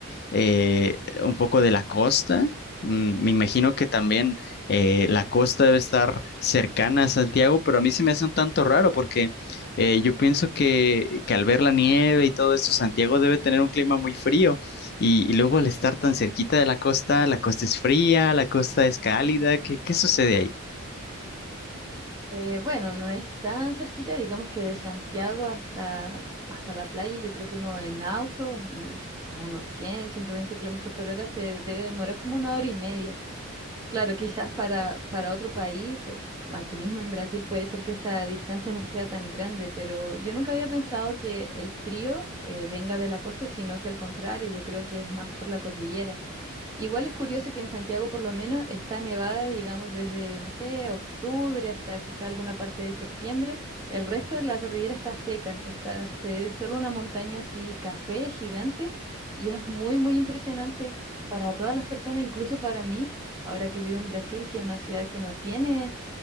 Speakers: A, on the left; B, on the right.
A: eh, un poco de la costa. Mm, Me imagino que también eh, la costa debe estar cercana a Santiago, pero a mí se me hace un tanto raro porque eh, yo pienso que, que al ver la nieve y todo eso, Santiago debe tener un clima muy frío y, y luego al estar tan cerquita de la costa, la costa es fría, la costa es cálida, ¿qué, qué sucede ahí?
B: Eh, bueno, no es tan cerquita, digamos que de Santiago hasta, hasta la playa, yo creo que uno en auto y a unos 100, 120 kilómetros por hora se debe demorar como una hora y media. Claro, quizás para, para otro país, o aquí mismo en Brasil puede ser que esa distancia no sea tan grande, pero yo nunca había pensado que el frío eh, venga de la costa, sino que al contrario, yo creo que es más por la cordillera. Igual es curioso que en Santiago por lo menos está nevada, digamos, desde, no sé, octubre hasta quizá alguna parte de septiembre. El resto de la cordillera está seca, está, se ve solo una montaña así, café gigante, y es muy, muy impresionante para todas las personas, incluso para mí, ahora que vivo en Brasil, que es una ciudad que no tiene